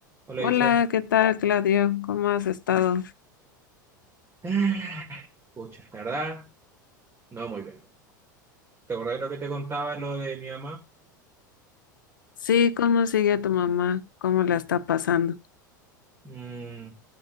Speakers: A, on the right; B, on the left.
A: Hola
B: Hola,
A: Isa.
B: ¿qué
A: <sighs>
B: tal, Claudio? ¿Cómo has estado?
A: Ah, Pucha, la verdad, no muy bien. ¿Te acordás de lo que te contaba, lo de mi mamá?
B: Sí, ¿cómo sigue tu mamá? ¿Cómo la está pasando?
A: Mm,